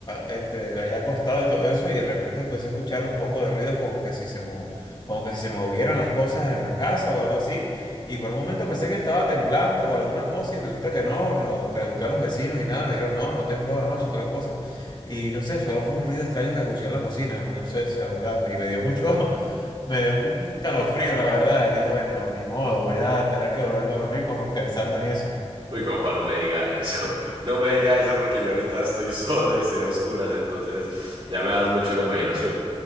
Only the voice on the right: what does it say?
Uy, compa, no me diga eso. <laughs> No me diga eso porque yo ahorita estoy solo y estoy a oscuras, entonces ya me das mucho a la imaginación.